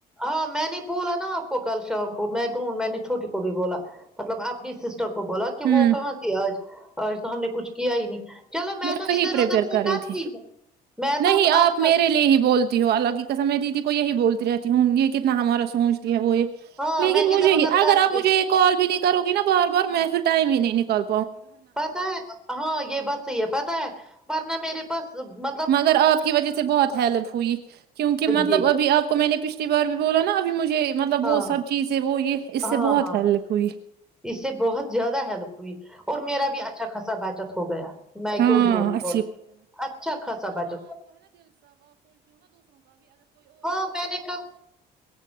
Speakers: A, in the centre; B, on the right.
A: ہاں میں نے بولا نا آپ کو کل شام کو میں ڈھونڈ میں نے چھوٹی کو بھی بولا مطلب اپنی سسٹر کو بولا کہ
B: ہوں
A: وہ کہاں سے آج اور تو ہم نے کچھ کیا ہی نہیں چلو
B: میں
A: تو
B: وہی
A: ادھر
B: پرپیئر
A: ادھر سے
B: کر رہی
A: کرتی
B: تھی
A: ہوں میں
B: نہیں
A: تو
B: آپ
A: کا
B: میرے لیے ہی بولتی ہو الگ ہی کاسم میں دیدی یہی بولتی رہتی ہوں یہ کتنا ہمارا سوچتی ہے وہ یہ
A: ہاں
B: لیکن
A: میں
B: مجھے
A: ادھر
B: ہی
A: ادھر کرتی
B: اگر آپ مجھے یہ کال بھی نہیں کرو گے نا بار بار میسج ٹائ بھی نہیں نکل
A: پتا ہے ہاں یہ بات صحیح ہے پتا ہے ورنہ میرے پاس مطلب
B: مگر آپ کی وجہ سے بہت ہیلپ ہوئی کیونکہ مطلب
A: یہ
B: ابھی آپ کو میں نے پچھلی بار بھی بولاا اب مجھے یہ مطلب
A: ہاں
B: وہ سب چیزیں وہ یہ اس
A: ہاں
B: سے بہت
A: ہاں
B: ہیلپ ہوئی
A: اس سے بہت زیادہ ہیلپ اور میرا بھی اچھا خصا بچت ہو گیا
B: <inaudible>
A: میں
B: کو
A: کیوں جھوٹ بولوں اچھا خاصا بچت ہو گیا۔ ہاں میں نے کل